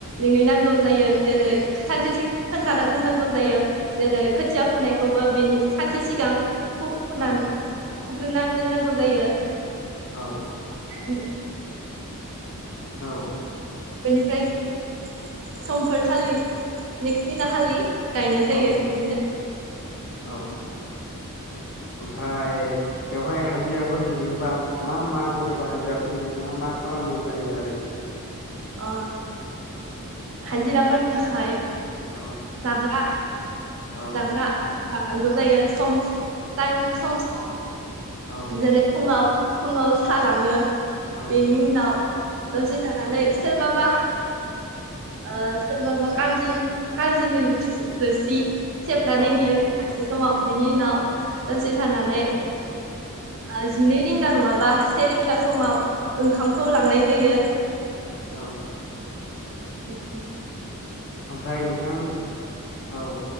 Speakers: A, on the right (about 60°); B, on the left (about 55°).
A: लिंहैनांगौ जायो जेरै सानसे सिगां खोन्थाना दोननांगौ जायो जेरै खोथिया फुनायखौबो बेनि सानसे सिगां <unintelligible> फुग्रोना
B: औ
A: दोननांगौ जायो।
B: औ।
A: <unintelligible>
B: औ।
A: बेनिफ्राय समफोर खालि नेक्स्ट दिना खालि गायनाय जायो
B: औ
A: बिदिनो
B: औ। ओमफाय बेवहाय हाजिराफोर लिङोबा मा मा जेनेबा हाजिराफोरनो मा मा खालामनाय जायो आरो?
A: अ। हाजिराफोरनि थाखाय
B: औ
A: जाग्रा
B: औ
A: जाग्रा। लांनांगौ जायो सम टाइम सम सम।
B: औ
A: जेरै फुङाव फुङाव सालाङो
B: औ
A: बेनि उनाव दसे थानानै सोरबाबा ओ सोरबाबा खारजि खारजिनि लो रोसि। सेबनानै
B: औ
A: होयो गेलास जों। समाव बिनि उनाव दसे थानानै ओ जिनै रिंगा नङाबा से रिंगा समाव ओंखामखौ लांनाय जायो।
B: औ।
A: बिदि
B: ओमफ्राय नोंथां? औ।